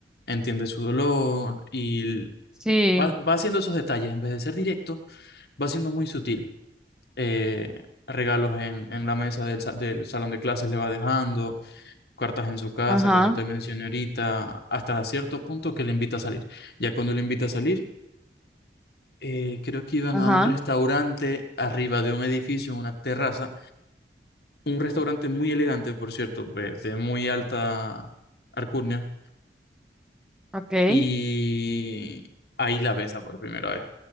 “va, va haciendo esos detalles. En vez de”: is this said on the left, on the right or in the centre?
Left